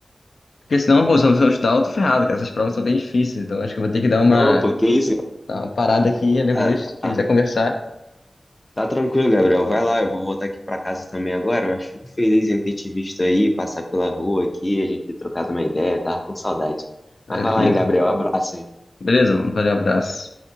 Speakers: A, on the left (about 80°); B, on the left (about 25°).
A: Porque senão, pô, se eu não for estudar, eu tô ferrado, cara. Essas provas são bem difíceis, então acho que eu vou ter que dar uma,
B: Não, pô, que isso?
A: dar uma parada aqui e depois,
B: Tá,
A: se quiser
B: tá.
A: conversar.
B: Tá tranquilo, Gabriel. Vai lá, eu vou voltar aqui pra casa também agora, mas fico feliz em ter te visto aí, passar pela rua aqui, a gente ter trocado uma ideia, tava com saudade.
A: É
B: Mas vai lá,
A: isso.
B: hein, Gabriel. Abraço, hein?
A: Beleza, mano. Valeu, abraço.